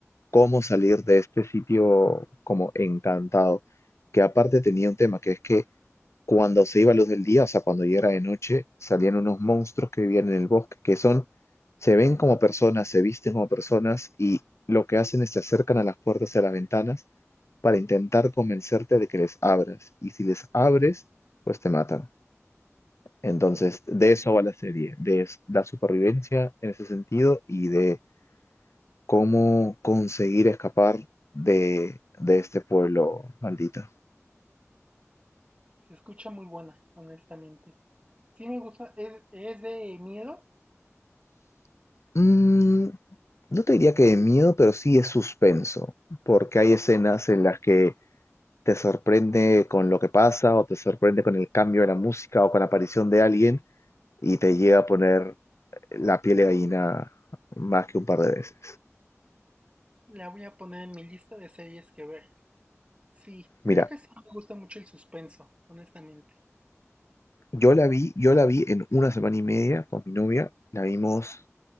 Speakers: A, on the left; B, on the right.
A: cómo salir de este sitio como encantado, que aparte tenía un tema, que es que cuando se iba la luz del día, o sea, cuando ya era de noche, salían unos monstruos que vivían en el bosque, que son, se ven como personas, se visten como personas y lo que hacen es se acercan a las puertas y a las ventanas para intentar convencerte de que les abras. Y si les abres, pues te matan. Entonces, de eso va la serie, de es- la supervivencia en ese sentido y de cómo conseguir escapar de, de este pueblo maldito.
B: Se escucha muy buena, honestamente. Sí me gusta, es, es de miedo,
A: Mm, no te diría que de miedo, pero sí es suspenso, porque hay escenas en las que te sorprende con lo que pasa o te sorprende con el cambio de la música o con la aparición de alguien y te llega a poner la piel de gallina más que un par de veces.
B: la voy a poner en mi lista de series que ver. Sí,
A: Mira,
B: creo que sí me gusta mucho el suspenso, honestamente.
A: yo la vi, yo la vi en una semana y media con mi novia, la vimos,